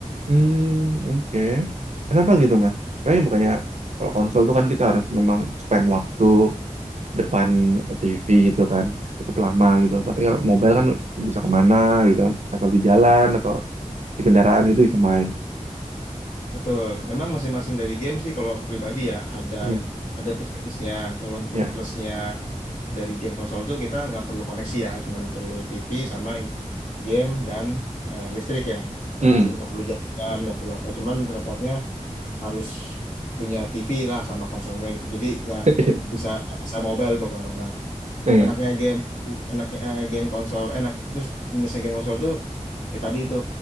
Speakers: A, on the right; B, on the left.
A: Hmm, oke. Kenapa gitu, Mas? Kayaknya bukannya kalau konsol tuh kan kita harus memang spend waktu depan TV gitu kan, cukup lama gitu. Tapi ya mobile kan bisa kemana gitu kan, atau lagi jalan atau di kendaraan itu bisa main.
B: Betul, memang masing-masing dari game sih kalau aku pribadi ya ada
A: Hmm,
B: ada plus minusnya. Kalau untuk
A: ya.
B: plusnya dari game konsol tuh kita nggak perlu koneksi ya, cuman perlu TV sama in- game dan eh, listrik ya. Nggak
A: Hmm.
B: perlu nggak perlu jaringan, nggak perlu apa. Cuman repotnya harus punya TV lah sama konsolnya gitu. Jadi nggak
A: <laughs>
B: nggak bisa asal mobile bawa kemana-mana.
A: Hmm.
B: Enaknya game enaknya eh, game konsol enak. Terus minusnya game konsol tuh ya tadi itu